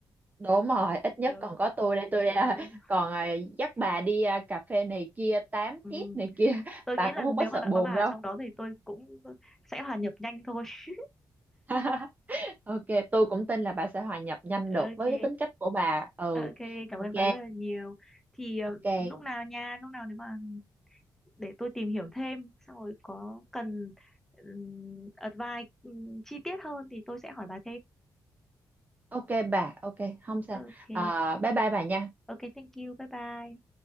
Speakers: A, on the right; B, in the centre.
A: Đúng rồi, ít nhất
B: <laughs> Được.
A: còn có tôi đây, tôi
B: Rồi.
A: đây là- còn à, dắt bà đi à, cà phê này kia, tám
B: Ừ.
A: tiếp này kia, <laughs>
B: Tôi
A: bà
B: nghĩ là
A: cũng không
B: nếu
A: có sợ
B: mà đã
A: buồn
B: có bà
A: đâu.
B: trong đó thì tôi cũng sẽ hòa nhập nhanh thôi. <laughs>
A: <laughs> Ok, tôi cũng tin là bà sẽ hòa nhập nhanh
B: Ok,
A: được với cái tính cách của bà. Ừ,
B: ok, cảm
A: ok,
B: ơn bà rất là nhiều. Thì ờ,
A: ok,
B: lúc nào nha, lúc nào nếu mà để tôi tìm hiểu thêm, xong rồi có cần ừm, advice ừm, chi tiết hơn thì tôi sẽ hỏi bà thêm.
A: ok bà, ok, không sao.
B: Ok,
A: À, bye bye bà nha.
B: ok, thank you, bye bye.